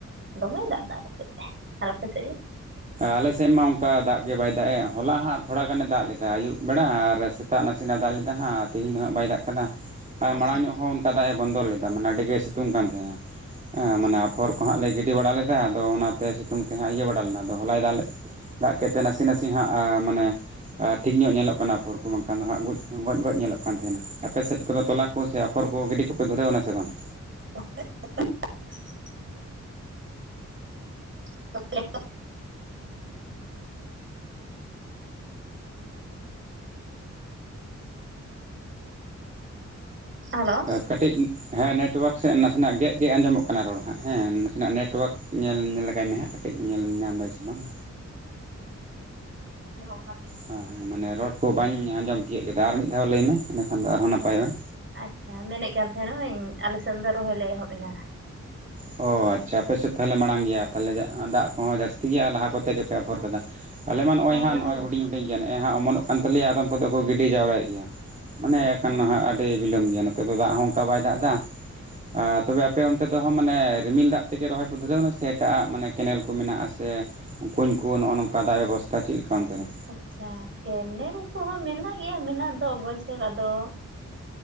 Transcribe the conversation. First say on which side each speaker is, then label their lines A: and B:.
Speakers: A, on the right; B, on the right.
A: ᱫᱚᱢᱮ ᱫᱟᱜ ᱫᱟ ᱟᱞᱮ ᱥᱮᱫ ᱟᱨ ᱟᱯᱮ ᱥᱮᱫ ᱜᱮ ᱾
B: ᱟᱞᱮ ᱥᱮᱫ ᱢᱟ ᱚᱱᱠᱟ ᱫᱟᱜ ᱜᱮ ᱵᱟᱭ ᱫᱟᱜ ᱮ ᱦᱚᱞᱟ ᱦᱟᱸᱜ ᱛᱷᱳᱲᱟ ᱜᱟᱱᱮ ᱫᱟᱜ ᱞᱮᱫᱟ ᱟᱹᱭᱩᱵ ᱵᱮᱲᱟ ᱟᱨ ᱥᱮᱛᱼᱼ ᱥᱮᱛᱟᱜ ᱱᱟᱥᱮᱱᱟᱜ ᱫᱟᱞ ᱞᱮᱫᱟ ᱦᱟᱸᱜ ᱛᱮᱦᱮᱧ ᱫᱚ ᱦᱟᱸᱜ ᱵᱟᱭ ᱫᱟᱜ ᱠᱟᱫᱟ ᱾ ᱟᱨ
A: ᱟᱪᱪᱷᱟ
B: ᱢᱟᱲᱟᱝ ᱧᱚᱜ ᱦᱚᱸ ᱚᱱᱠᱟ ᱫᱟᱜ ᱮ ᱵᱚᱱᱫᱚ ᱞᱮᱫᱟ ᱢᱟᱱᱮ ᱟᱹᱰᱤ ᱜᱮ ᱥᱤᱛᱩᱝ ᱠᱟᱱ ᱛᱟᱦᱮᱸᱱᱟ ᱦᱸ
A: ᱟᱪᱪᱷᱟ
B: ᱢᱟᱱᱮ ᱟᱯᱷᱚᱨ ᱠᱚ ᱦᱟᱸᱜ ᱞᱮ ᱜᱤᱰᱤ ᱵᱟᱲᱟ ᱞᱮᱫᱟ ᱟᱫᱚ ᱚᱱᱟᱛᱮ ᱥᱤᱛᱩᱝ ᱛᱮ ᱦᱟᱸᱜ ᱤᱭᱟᱹ ᱵᱟᱲᱟ ᱞᱮᱱᱟ ᱟᱫᱚ ᱦᱚᱞᱟᱭ ᱫᱟᱜ ᱞᱮᱫᱛᱮ ᱫᱟᱜ ᱠᱮᱫᱛᱮ ᱱᱟᱥᱮ ᱱᱟᱥᱮ ᱦᱟᱸᱜ ᱢᱟᱱᱮ ᱴᱷᱤᱠ ᱧᱚᱜ ᱧᱮᱞᱚᱜ ᱠᱟᱱᱟ ᱟᱯᱷᱚᱨ ᱠᱚ ᱵᱟᱝᱠᱷᱟᱱ ᱫᱚ ᱦᱟᱸᱜ ᱜᱚᱡ ᱜᱚᱡ ᱧᱮᱞᱚᱜ ᱠᱟᱱ ᱛᱟᱦᱮᱱᱟ ᱟᱯᱮ ᱥᱮᱫ ᱠᱚᱫᱚ ᱛᱚᱞᱟ ᱠᱚ ᱥᱮ ᱟᱯᱷᱚᱨ ᱠᱚ ᱜᱤᱰᱤ ᱠᱚᱯᱮ ᱫᱷᱩᱨᱟᱹᱣ ᱮᱱᱟ ᱥᱮ ᱵᱟᱝ
A: <unintelligible> <unintelligible> ᱦᱮᱞᱳ
B: ᱠᱟᱹᱴᱤᱡ ᱦᱮᱸ ᱱᱮᱴᱣᱟᱹᱨᱠ ᱥᱮᱫ ᱱᱟᱥᱮᱱᱟᱜ ᱜᱮᱜ ᱜᱮᱜ ᱟᱸᱡᱚᱢᱚᱜ ᱠᱟᱱᱟ ᱨᱚᱲ ᱦᱟᱸᱜ ᱦᱮᱸ ᱱᱟᱥᱮᱱᱟᱜ ᱱᱮᱴᱣᱟᱨᱠ ᱧᱮᱞ ᱞᱮᱟᱜᱟᱭ ᱢᱮ ᱦᱟᱸᱜ ᱠᱟᱹᱴᱤᱡ ᱧᱮᱞ ᱧᱟᱢ ᱫᱟᱭ ᱥᱮ ᱵᱟᱝ
A: ᱱ ᱚᱱᱟ <inaudible>
B: ᱦᱮᱸ ᱦᱮᱸ ᱢᱟᱱᱮ ᱨᱚᱲ ᱠᱚ ᱵᱟᱹᱧ ᱟᱸᱡᱚᱢ ᱛᱤᱭᱳᱜ ᱞᱮᱫᱟ ᱟᱨ ᱢᱤᱫ ᱫᱷᱟᱣ ᱞᱟᱹᱭᱢᱮ ᱤᱱᱟᱹᱠᱷᱟᱱ ᱫᱚ ᱟᱨᱦᱚᱸ ᱱᱟᱯᱟᱭᱚᱜᱼᱟ᱾
A: ᱟᱪᱷᱟ ᱢᱮᱱᱮᱫ ᱠᱟᱱ ᱛᱟᱦᱮᱱᱟᱹᱧ ᱟᱞᱮ ᱥᱮᱱ ᱫᱚ ᱨᱚᱦᱚᱭ ᱞᱮ ᱮᱦᱚᱵ ᱮᱱᱟ
B: ᱚ ᱟᱪᱷᱟ ᱟᱯᱮ ᱥᱮᱫ ᱛᱟᱦᱚᱞᱮ ᱢᱟᱲᱟᱝ ᱜᱮᱭᱟ ᱛᱟᱦᱚᱞᱮ ᱫᱟᱜ ᱠᱚᱦᱚᱸ ᱡᱟᱥᱛᱤ ᱜᱮᱭᱟ ᱟᱨ ᱞᱟᱦᱟ ᱠᱚᱛᱮ ᱜᱮᱯᱮ ᱟᱯᱷᱚᱨ ᱠᱟᱫᱟ ᱟᱞᱮ ᱢᱟ ᱱᱚᱜᱼᱚᱭ
A: ᱦᱮᱸ
B: ᱦᱟᱸᱜᱼ
A: ᱞᱟᱦᱟᱭᱮᱱ
B: ᱱᱚᱜᱼᱚᱭ ᱦᱩᱰᱤᱧ ᱦᱤᱰᱤᱧ ᱜᱤᱭᱟ ᱱᱮᱜ ᱮ ᱱᱟᱜ ᱚᱢᱚᱱᱚᱜ ᱠᱟᱱ ᱛᱟᱞᱮᱭᱟ ᱟᱫᱚᱢ ᱠᱚᱫᱚ ᱠᱚ ᱜᱤᱰᱤ ᱡᱟᱣᱨᱟᱭᱮᱫ ᱜᱮᱭᱟ ᱢᱟᱱᱮ
A: ᱟᱪᱪᱷᱟ
B: ᱱᱟᱜᱠᱷᱟᱱᱼᱼ ᱱᱟᱜ ᱟᱰᱤ ᱵᱤᱞᱚᱢ ᱜᱮᱭᱟ ᱱᱚᱛᱮᱫᱚ ᱫᱟᱜ ᱦᱚᱸ ᱚᱱᱠᱟ ᱵᱟᱭ ᱫᱟᱜ ᱫᱟ ᱟ ᱛᱚᱵᱮ ᱟᱯᱮ ᱚᱱᱛᱮ ᱫᱚ ᱢᱟᱱᱮ ᱨᱤᱢᱤᱞ ᱫᱟᱜ ᱛᱮᱜᱮ ᱨᱚᱦᱚᱭ ᱯᱮ ᱫᱷᱩᱨᱟᱹᱣᱱᱟ ᱥᱮ ᱮᱴᱟᱜ ᱟᱜ ᱢᱟᱱᱮ ᱠᱮᱱᱮᱞ ᱠᱚ ᱢᱮᱱᱟᱜᱼᱟ ᱥᱮ ᱠᱩᱧ ᱠᱚ ᱱᱚᱜᱼᱚ ᱱᱚᱜᱚ ᱱᱠᱟ ᱫᱟᱜ ᱵᱮᱵᱚᱥᱛᱟ ᱪᱮᱫ ᱞᱮᱠᱟ ᱚᱱᱛᱮ ᱫᱚ
A: ᱟᱪᱷᱟ ᱠᱮᱱᱮᱞ ᱠᱚᱦᱚᱸ ᱢᱮᱱᱟᱜ ᱜᱮᱭᱟ ᱢᱮᱱᱟᱜ ᱫᱚ ᱚᱵᱚᱥ ᱥᱚ ᱟᱫᱚ